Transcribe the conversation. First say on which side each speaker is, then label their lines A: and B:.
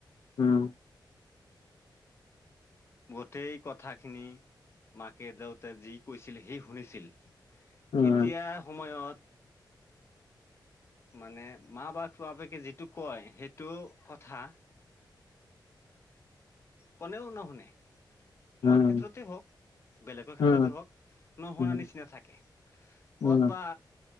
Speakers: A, on the left; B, on the left.
A: উম'।
B: গোটেই কথাখিনি মাকে দেউতে যি কৈছিল সি শুনিছিল।
A: উম,
B: এতিয়া সময়ত মানে মা বা বাপেকে যিটো কয় সেইটো কথা কোনেও নুশুনে।
A: উম,
B: মোৰ ক্ষেত্ৰতে হওক, বেলেগৰ ক্ষেত্ৰতে
A: উম,
B: হওক, নুশুনা
A: উম,
B: নিচিনা থাকে।
A: উম,
B: কত বা